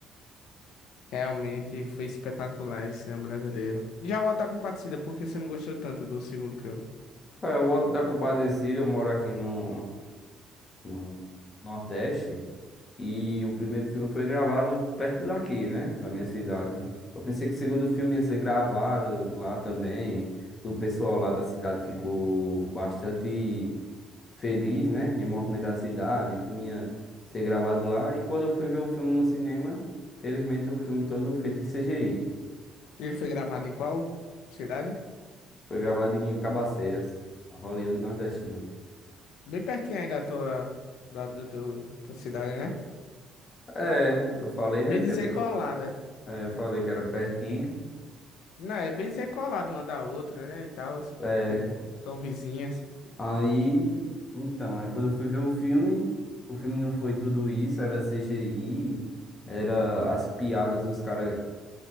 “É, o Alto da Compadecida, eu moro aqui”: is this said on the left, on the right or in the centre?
Left